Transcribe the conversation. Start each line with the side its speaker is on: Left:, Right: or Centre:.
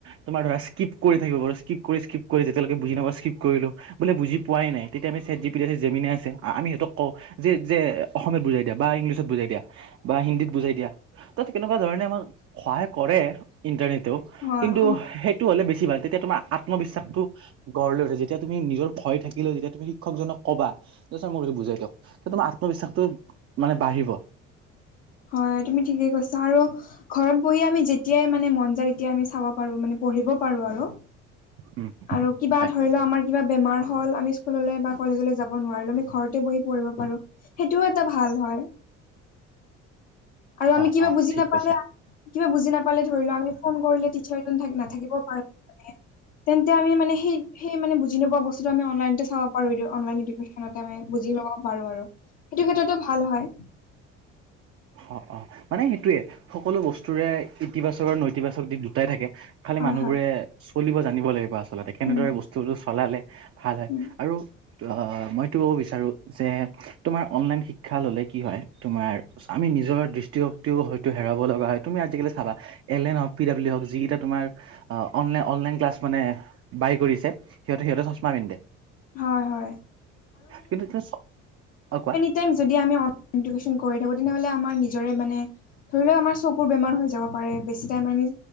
Right: তোমাৰ ধৰা স্কিপ কৰি থাকিব পাৰোঁ, স্কিপ কৰি স্কিপ কৰি যেতিয়ৈকে বুজি নেপাও স্কিপ কৰিলো বোলে বুজি পোৱাই নাই তেতিয়া আমি চেট জি পি, জে মি নাৰ আছে আমি সিতক কওঁ যে যে অসমীয়াত বুজাই দিয়া বা ইংলিছত বুজাই দিয়া বা হিন্দীত বুজাই দিয়া ত তেনেকুৱা ধৰণে আমাক সহায় কৰে ইণ্টাৰনেতেও
Left: হয়
Right: কিন্তু
Left: হয়
Right: সেই সেটো হ'লে বেছি ভাল তেতিয়া তোমাৰ আত্মবিশ্বাসটো গঢ় লৈ উঠে। যেতিয়া তুমি নিজৰ ভয় থাকিলেও তেতিয়া তুমি শিক্ষকজনক কবা যে ছাৰ মোক এইটো বুজাই দিয়ক তেতিয়া তোমাৰ আত্মবিশ্বাসটো মানে বাঢ়িব
Left: হয় তুমি ঠিকে কৈছা আৰু ঘৰত বহি আমি যেতিয়াই মানে মন যায় এতিয়া আমি চাব পাৰো, মানে পঢ়িব পাৰো আৰু।
Right: উম
Left: আৰু কিবা
Right: হয়
Left: ধৰি ল আমাৰ কিবা বেমাৰ হ'ল আমি স্কুললে বা কলেজলে যাব নোৱাৰিলো, আমি ঘৰতে বহি পঢ়িব পাৰো সেইটোও এটা ভাল হয়। আৰু আমি
Right: অ
Left: কিবা
Right: অ
Left: বুজি
Right: ঠিক
Left: নাপালে
Right: কৈছা
Left: কিবা বুজি নাপালে ধৰি লোৱা আমি ফোন কৰিলে টিচাৰ জন থা নাথাকিবও পাৰে মানে তেন্তে আমি মানে সেই সেই মানে বুজি নোপোৱা বস্তুটো আমি অনলাইনতে চাব পাৰোঁ এইটো অনলাইন ইডুকেচন আচলতে মানে বুজি লব পাৰো আৰু সেইটো ক্ষেত্ৰতো ভাল হয়।
Right: অ অ মানে সেইটোয়ে সকলো বস্তুৰে ইতিবাচক আৰু নৈতিবাচক দিশ দুটাই থাকে খালি
Left: হয়
Right: মানুহবোৰে
Left: হয়
Right: চলিব জানিব লাগিব আচলতে কেনেদৰে
Left: উম
Right: বস্তুটো চলালে ভাল হয়
Left: উম
Right: আৰু মইতো বিচাৰো যে তোমাৰ অনলাইন শিক্ষা ললে কি হয় তোমাৰ আমি নিজৰ দৃষ্টিশক্তিও হয়তো হেৰাব লগা হয়, তুমি আজিকালি চাবা এল এ হওক পি ডাব্লিউ হওক যিকেইটা তোমাৰ অনলাই-অনলাইন ক্লাছ মানে বাই কৰিছে সিহঁতে সিহঁতে চশমা পিন্ধে,
Left: হয় হয়
Right: কিন্তু তুমি-চ, অ', কোৱা।
Left: থাকিম যদি আমি অনলাইন ইডুকেশ্বন কৰি থাকোঁ তেনেহ'লে আমাৰ নিজৰে মানে ধৰি লোৱা আমাৰ চকুৰ বেমাৰ হৈ যাব পাৰে বেছি টাইম আমি,